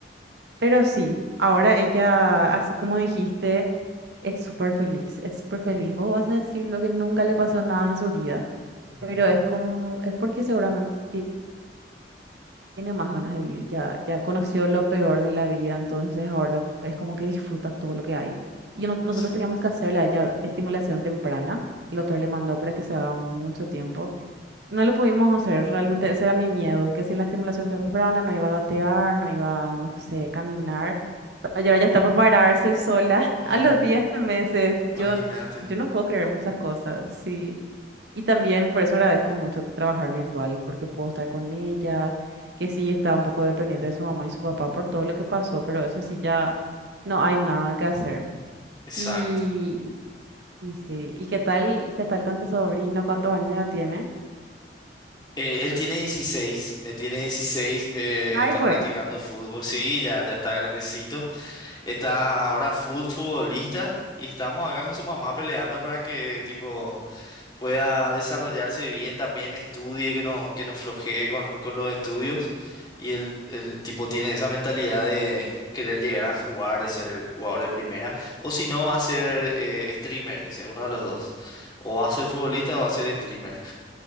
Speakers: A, on the right (about 65°); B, on the left (about 25°).
A: Pero sí, ahora ella, así como dijiste, es súper feliz, es súper feliz. Vos vas a decir lo que nunca le pasó nada en su vida,
B: Ujú,
A: pero es como, es porque seguramente ti- tiene más ganas de vivir, ya, ya conoció lo peor de la vida, entonces ahora es como que disfruta todo lo que hay. Y no- nosotros
B: Exacto.
A: teníamos que hacerle a ella estimulación temprana. El doctor le mandó para que se haga mucho tiempo No lo pudimos hacer, realmente ese era mi miedo, que sin la estimulación temprana no iba a gatear, no iba, no sé, caminar. Ayer ya está por pararse sola <laughs>
B: Ujú.
A: a los 10 meses. Yo,
B: Imagínate.
A: n- yo no puedo creer muchas cosas, sí. Y también por eso agradezco mucho trabajar virtual, porque puedo estar con ella, que sí está un poco dependiente de su mamá y su papá por todo lo que pasó, pero eso sí ya no hay nada que hacer.
B: Exacto.
A: Y, y sí, ¿y qué tal, qué tal con tu sobrino? ¿Cuántos años ya tiene?
B: Eh, él tiene 16 él tiene dieciséis eh,
A: Ay,
B: está
A: fue.
B: practicando fútbol, sí, ya, ya está grandecito, está ahora fut- futbolista y estamos acá con su mamá peleando para que tipo pueda desarrollarse bien, también estudie, que no, que no flojee con, con los estudios. Y el, el tipo tiene esa mentalidad de querer llegar a jugar y ser jugador de primera. O si no, va a ser eh, streamer, dice, uno de los dos. O va a ser futbolista o va a ser streamer.